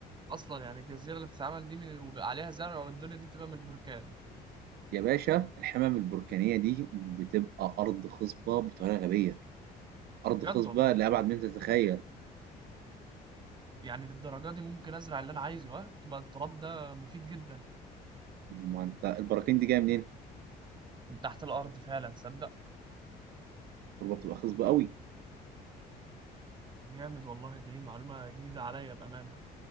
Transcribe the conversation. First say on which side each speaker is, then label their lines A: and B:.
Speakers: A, on the right (about 25°); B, on the right (about 70°).
A: اصلا يعني الجزيره اللي بتتعمل دي من- وبيبقى عليها زرع والدنيا دي بتبقى من البركان
B: يا باشا الحمم البركانية دي بتبقى أرض خصبة بطريقة غبية أرض
A: بجد
B: خصبة
A: والله
B: لأبعد من تتخيل
A: يعني للدرجة دي ممكن أزرع اللي أنا عايزه ها تبقى التراب ده مفيد جدا
B: ما أنت البراكين دي جاية منين؟
A: من تحت الأرض فعلا صدق
B: التربة بتبقى خصبة قوي
A: جامد والله دي معلومة جديدة عليا بأمانة